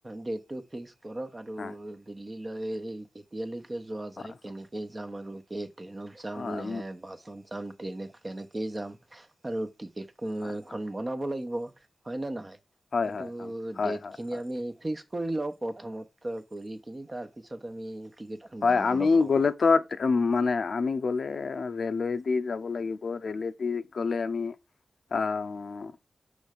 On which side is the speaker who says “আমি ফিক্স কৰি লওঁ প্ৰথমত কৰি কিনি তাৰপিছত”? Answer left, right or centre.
Right